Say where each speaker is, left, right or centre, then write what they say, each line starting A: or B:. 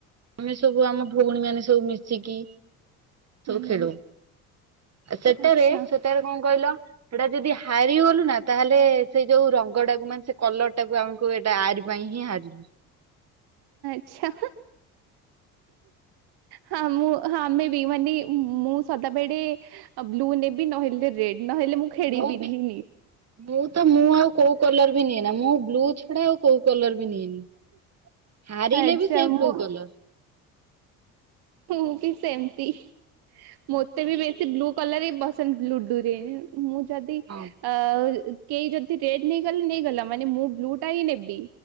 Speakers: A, on the right; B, on the right.
A: ଆମେ ସବୁ ଆମ ଭଉଣୀ ମାନେ ସବୁ ମିଶିକି
B: ହୁଁ
A: ସବୁ ଖେଳୁ
B: ହୁଁ
A: ସେଟାରେ
B: ଆଚ୍ଛା
A: ସେଟାରେ କଣ କହିଲ? ସେଇଟା ଯଦି ହାରିଗଲୁ ନା ତାହେଲେ ସେଇ ଯୋଉ ରଙ୍ଗଟାକୁ ମାନେ ସେ କଲରଟାକୁ ଆମକୁ ଏଇଟା ଆର ପାଇଁ ହିଁ ହାରିଲୁ।
B: ଆଚ୍ଛା ହଁ ମୁଁ ଆମେ ବି ମାନେ ମୁଁ ସଦାବେଳେ ବ୍ଲୁ ନେବି ନହେଲେ ରେଡ୍। ନହେଲେ ଖେଳିବିନି।
A: ମୁଁ ବି ମୁଁ ତ ମୁଁ ଆଉ କୋଉ କଲର ବି ନିଏ ନା ମୁଁ ବ୍ଲୁ ଛଡା ଆଉ କୋ କଲବି ନିଏନି। ହାରିଲେ
B: ଆଚ୍ଛା
A: ବି ସେଇ
B: ମୁଁ
A: ବ୍ଲୁ କଲର
B: ମୁଁ ବି ସେମତି ମୋତେ ବି ବେଶୀ ବ୍ଲୁ କଲର ହି ପସନ୍ଦ ଲୁଡୁ ରେ ମୁଁ ଯଦି
A: ହଁ
B: ଆ କେହି ଯଦି ରେଡ୍ ନେଇଗଲେ ନେଇଗଲା ମାନେ ମୁଁ ବ୍ଲୁ ଟା ହିଁ ନେବି।